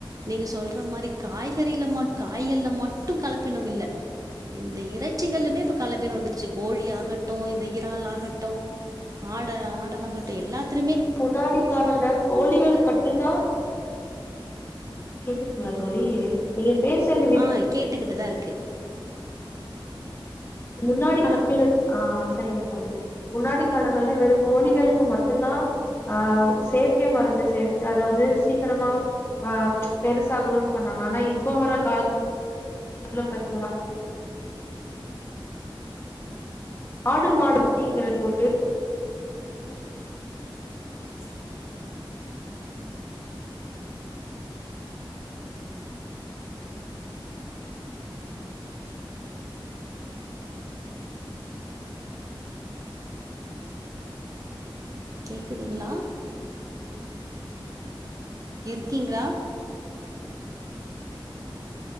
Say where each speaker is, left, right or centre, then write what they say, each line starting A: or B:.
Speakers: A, on the right (about 40°); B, on the left (about 25°).
A: நீங்க சொல்ற மாறி காய்கறில மட் காய்கள்ல மட்டு கலப்பினம் இல்ல இந்த இறைச்சிகளுமே இப்ப கலப்பினம் வந்துருச்சு கோழி ஆகட்டும் இந்த இறால் ஆகட்டும் ஆடை ஆடு ஆகட்டும் எல்லாத்துலுமே
B: முன்னாடி காலம்ல கோழிகள மட்டுந்தா கேக்குதுங்ளா தோழி நீங்க பேசுறது விட்
A: ஆ கேட்டுக்கிட்டு தா இருக்கு
B: முன்னாடி காலத்துல ஆ சரிங்க தோழி முன்னாடி காலங்கள்ல வெறும் கோழிகளுக்கு மட்டும் தா ஆ செயற்கை மருந்து சேர்த்து அதாவது சீக்கிரமா ஆ பெருசாகணுன்னு பண்ணாங்க ஆனா இப்ப வர கால காலத்துல பாத்தீங்கன்னா ஆடு மாடு <unintelligible> போட்டு
A: எருமை பால் கேக்குதுங்ளா இருக்கீங்ளா